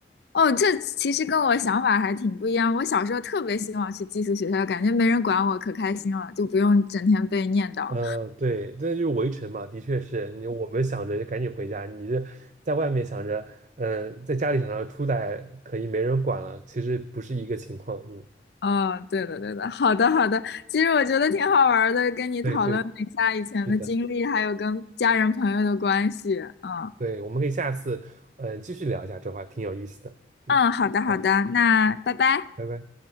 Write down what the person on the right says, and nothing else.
呃，对，这就是围城嘛，的确是你我们想着赶紧回家，你这在外面想着，嗯、在家里想着出来可以没人管了，其实不是一个情况。嗯，
对对，是的，
对，我们可以下次嗯、呃继续聊一下这话，挺有意思的。嗯，
好，
拜拜。